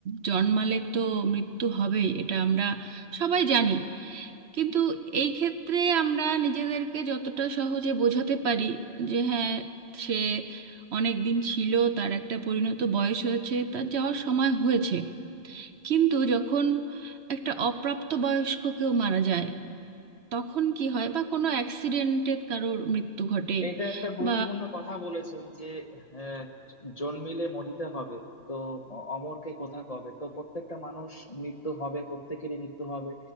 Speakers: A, on the right; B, on the left.
A: জন্মালে তো মৃত্যু হবেই এটা আমরা সবাই জানি কিন্তু এই ক্ষেত্রে আমরা নিজেদেরকে যতটা সহজে বোঝাতে পারি যে হ্যাঁ সে অনেক দিন ছিল তার একটা পরিণত বয়স হয়েছে তার যাওয়ার সময় হয়েছে কিন্তু যখন একটা অপ্রাপ্ত বয়স্ক কেউ মারা যায় তখন কি হয় বা কোনো অ্যাক্সিডেন্টে কারোর মৃত্যু ঘটে
B: এটা একটা গুরুত্বপূর্ণ
A: বা
B: কথা বলেছেন যে আহ, জন্মিলে মরিতে হবে তো অ- অমরকে কোথা কবে তো প্রত্যেকটা মানুষ মৃত্যু হবে প্রত্যেকেরই মৃত্যু হবে